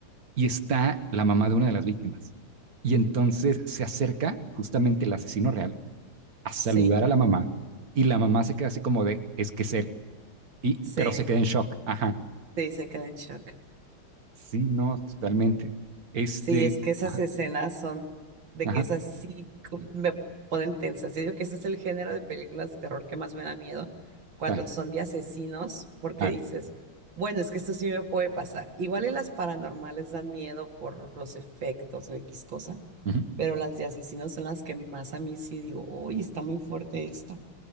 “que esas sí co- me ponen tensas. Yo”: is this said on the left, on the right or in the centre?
Right